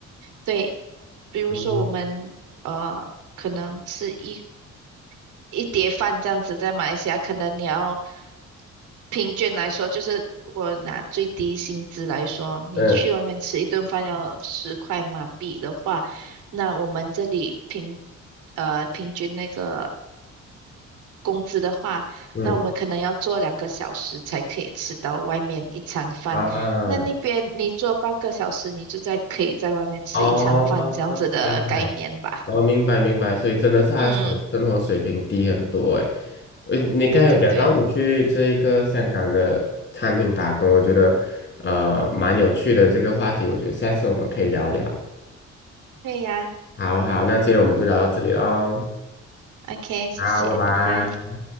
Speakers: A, on the right; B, on the left.
A: 对，比如说我们呃，
B: 嗯
A: 可能吃一一碟饭这样子，在马来西亚可能你要平均来说，就是如果拿最低薪资来说，你去外面吃一顿饭要十块马币的话，
B: 嗯
A: 那我们这里平呃平均那个工资的话，
B: 嗯
A: 那我们可能要做两个小时才可以吃到外面一餐饭。
B: 啊，
A: 那那边你做半个小时，你就在可以在外面吃一餐饭这样子的概念吧？
B: 哦，明白，哦，明白明白，所以真的是他的生生活水平低很多诶。
A: 嗯，
B: 呃，你刚才有讲到你去这一个香港的餐厅打工，
A: 对对对，
B: 我觉得呃蛮有趣的这个话题，我觉得下次我们可以聊聊。
A: 对呀。
B: 好好，那今天我们就聊到这里喽。
A: OK，谢谢，
B: 好，拜拜。
A: 拜拜。